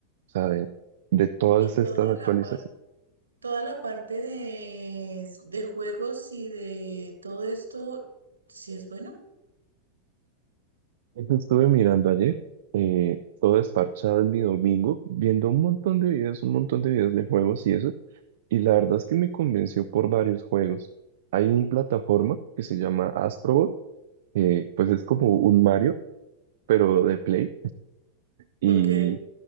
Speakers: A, on the right; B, on the right.
A: o sea, de de todas
B: Y toda
A: estas actualizaciones
B: la parte. Toda la parte de, de juegos y de todo esto, sí es bueno.
A: Eso estuve mirando ayer, eh, todo desparchado en mi domingo, viendo un montón de videos, un montón de videos de juegos y eso, y la verdad es que me convenció por varios juegos. Hay una plataforma que se llama Astrobot, que pues es como un Mario, pero de Play, y
B: Ok,